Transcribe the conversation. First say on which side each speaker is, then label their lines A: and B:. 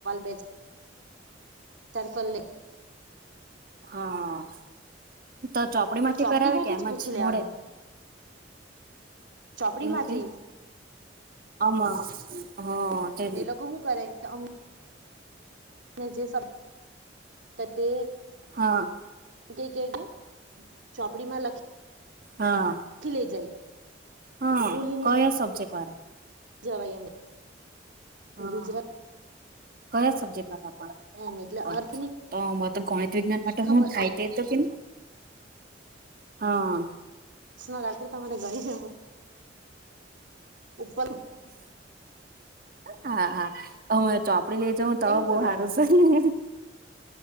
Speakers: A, on the right; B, on the right.
A: બેચાર કર લે.
B: હા, તો ચોપડીમાંથી
A: ચોપડી
B: કરાવે
A: માંથી
B: કે એમ
A: પૂછી
B: જ
A: લેવાનું
B: મોઢે?
A: ચોપડી
B: એવું
A: માંથી
B: કે આમાં હા
A: તો
B: તે
A: ને લોકો હું કરે આમ જે <inaudible> તો તે
B: હા.
A: <unintelligible> કે ચોપડીમાં લખી
B: હા
A: લઈ જાય
B: હા
A: ભૂલી ની
B: કયા સબજેક્ટ વારા?
A: જવાય એમ.
B: હા
A: ગુજરાત
B: કયા સબ્જેક્ટ કરાવવા?
A: એમ એટલે
B: અચ્છા.
A: અર્થની
B: તો આમાં તો ગણિત વિજ્ઞાન માટે
A: ખબર
B: હું થાય તે તો કે. હા.
A: <unintelligible> તમારે ગણી જ ઉપર
B: હા હા. હું ચોપડી લે તમે
A: એવું
B: બઉ
A: કરવાનું
B: હારુ કર્યુ